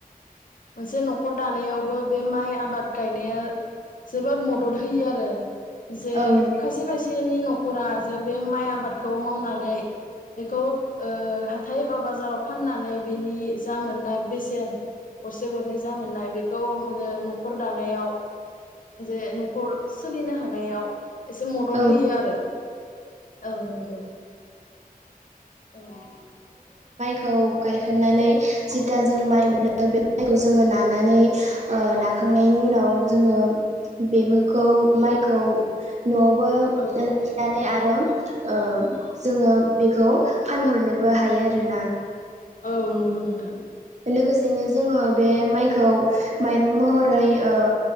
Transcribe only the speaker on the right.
औ नोंथां
औ
खौ गायखांनानै जिथा जों माइ मोनो बे माइखौ जोङो नानानै ओ नाखांनायनि उनाव जोङो बेफोरखौ माइखौ न'आवबो
लाखिनानै आरो ओ जोङो बेखौ फानहरनो बो हायो आरोना
लोगोसेनो जोङो बे माइखौ माइरं महरै ओ